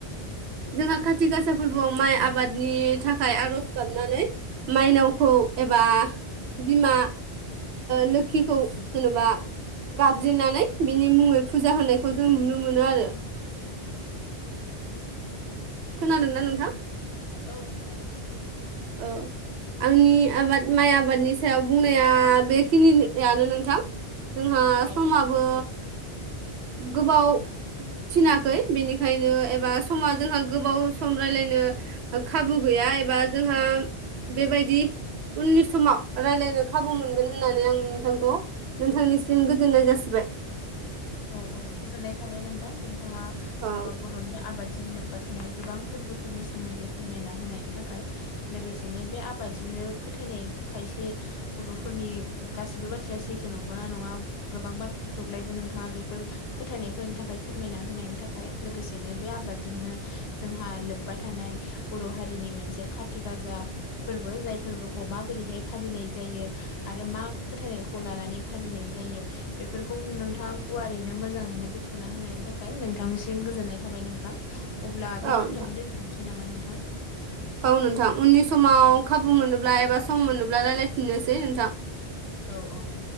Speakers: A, on the right (about 75°); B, on the left (about 70°).
A: जोंहा खाथि गासा फोरबोआव माइ आबादनि थाखाय आरज गाबनानै माइनावखौ एबा बिमा लोखिखौ जेन'बा गाबज्रिनानै बिनि मुङै फुजा होनायखौ जों नुनो मोनो आरो खोनादोंना नोंथां
B: औ खोनादों नोंथां
A: औ आंनि आबाद माइ आबादनि सायाव बुंनाया बेखिनियानो नोंथां जोंहा
B: औ
A: समाबो गोबाव थिनाखै बेनिखायनो एबा समा जोंहा गोबाव सम राय्लायनो खाबु गैया एबा जोंहा बेबायदि उननि समाव राय्लायनो खाबु मोनगोन होननानै आं नोंथांखौ नोंथांनिसिम गोजोननाय जासिबाय
B: औ औ गोजोननाय थाबाय नोंथां नोंथाङा
A: औ
B: बद'नि आबादजों लोब्बा थानाय गोबां फोरबोफोरनि सोमोन्दै फोरमायना होनायनि थाखाय लोगोसेनो बे आबादजोंनो फोथायनाय खायसे बद'फोरनि गाैबो बाथ्राया सैथो नंगौना नङा गोबां बाथ्रा थेव्लायबो नोंथाङा बेफोर फोथायनायफोरनि थाखाय फोरमायना होनायनि थाखाय लोगोसेनो बे आबादजोंनो जोंहा लोब्बा थानाय बर' हारिनि मोनसे खाथि गाजा फोरबो जाय फोरबोखौ माबोरैहाय फालिनाय जायो आरो मा फोथायनायखौ लानानै फालिनाय जायो बे फोरखौ नोंथाङा गुवारैनो मोजाङैनो बेखेवना होनायनि थाखाय नोंथांसिम गोजोननाय थाबाय नोंथां अब्ला
A: औ
B: बेखिनियावनो
A: नोंथां
B: दोनथ'नोसै नामा नोंथां
A: औ नोंथां उननि समाव खाबु मोनोब्ला एबा सम मोनोब्ला रायजलायफिननोसै नोंथां
B: औ औ